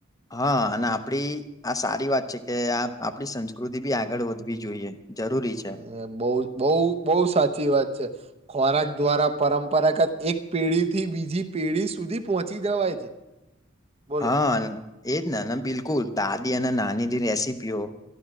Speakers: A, on the left; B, on the right.
A: હા અને આપડી આ સારી વાત છે કે આપડી સંસ્કૃતિ બી આગળ વધવી જોઈએ. જરૂરી
B: એ
A: છે
B: બવ બવ બહુ સાચી વાત છે. ખોરાક દ્વારા પરંપરાગત એક પેઢી થી બીજી પેઢી સુધી પહોંચી જવાય છે. બોલો.
A: હા એજ ને ને બિલકુલ દાદી અને નાનીની રેસી પીઓ